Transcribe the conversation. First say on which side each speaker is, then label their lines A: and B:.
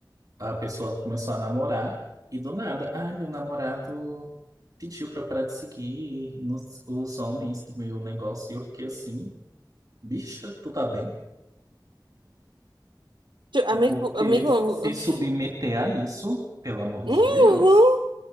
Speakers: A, on the right (about 50°); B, on the right (about 80°).
A: A pessoa começou a namorar e do nada, ai, meu namorado pediu pra eu parar de seguir nos- os homens do meu negócio e eu fiquei assim, bicha, tu tá bem?
B: Tipo, Amigo,
A: Porque
B: amigo,
A: se submeter
B: <laughs>
A: a isso, pelo amor de
B: uhum.
A: Deus,